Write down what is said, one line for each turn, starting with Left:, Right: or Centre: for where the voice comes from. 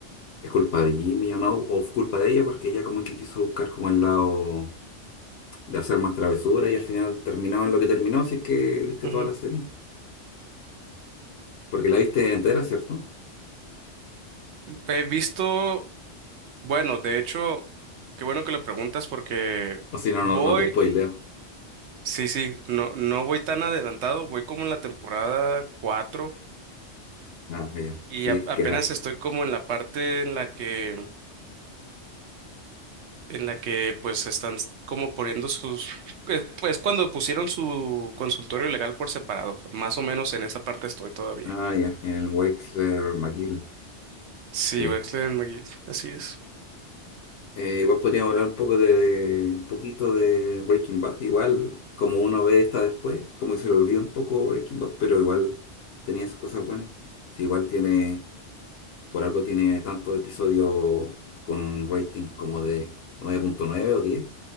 Left: es culpa de Jimmy o no, o es culpa de ella porque ella como que quiso buscar como el lado de hacer más travesura y al final terminó en lo que terminó, si es que viste
Right: ujú.
Left: toda la serie. Porque la viste entera, ¿cierto?
Right: He visto, bueno, de hecho, qué bueno que le preguntas porque
Left: O si no,
Right: voy,
Left: no, no te spoileo.
Right: sí, sí, no, no voy tan adelantado, voy como en la temporada 4.
Left: Ah, ya.
Right: Y
Left: Sí,
Right: a- apenas
Left: queda.
Right: estoy como en la parte en la que, en la que pues están s- como poniendo sus, es es cuando pusieron su consultorio legal por separado, más o menos en esa parte estoy todavía.
Left: Ah, ya. El Wexler McGill.
Right: Sí,
Left: Sí.
Right: Wexler and McGill, así es.
Left: Eh, igual podríamos hablar un poco de, un poquito de Breaking Bad. Igual, como uno ve esta después, como que se le olvida un poco Breaking Bad, pero igual tenía sus cosas buenas. Sí, igual tiene, por algo tiene tantos episodios con un rating como de nueve punto nueve o 10